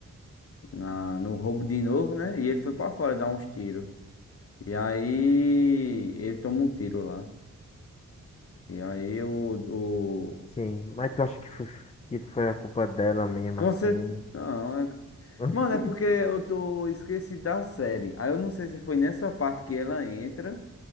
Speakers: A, on the left (about 45°); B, on the left (about 20°).
A: na- no roubo de novo, né? E ele foi pra fora dar uns tiros. E aí. Ele toma um tiro lá. E aí o. o...
B: Sim, mas tu acha que foi, que foi a culpa dela mesmo,
A: Com
B: assim?
A: cer- Não, é...
B: <laughs>
A: Mano, é porque eu tô esqueci da série. Aí eu não sei se foi nessa parte que ela entra.